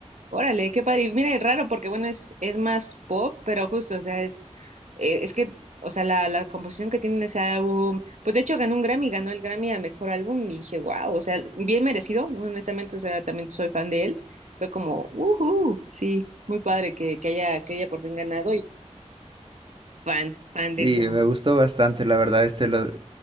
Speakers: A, on the right; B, on the right.
A: Órale, qué padre. Y mira, es raro porque, bueno, es, es más pop, pero justo, o sea, es, eh, es que, o sea, la, la composición que tiene ese álbum, pues de hecho ganó un Grammy, ganó el Grammy a mejor álbum y dije, wow, o sea, bien merecido, honestamente, o sea, también soy fan de él. Fue como, uhu, sí, muy padre que, que haya, que haya por fin ganado y fan, fan
B: Sí,
A: de ese hombre.
B: me gustó bastante, la verdad. Este lo...